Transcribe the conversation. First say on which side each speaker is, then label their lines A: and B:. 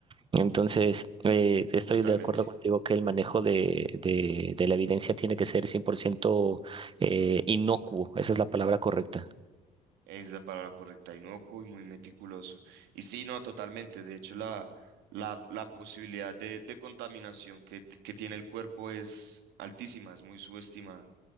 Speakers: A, on the right; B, on the right.
A: Entonces, eh, estoy
B: totalmente.
A: de acuerdo contigo que el manejo de, de, de la evidencia tiene que ser 100% eh, inocuo, esa es la palabra correcta.
B: Es la palabra correcta, inocuo y muy meticuloso. Y sí, no, totalmente. De hecho, la, la, la posibilidad de, de contaminación que, que tiene el cuerpo es altísima, es muy subestimada.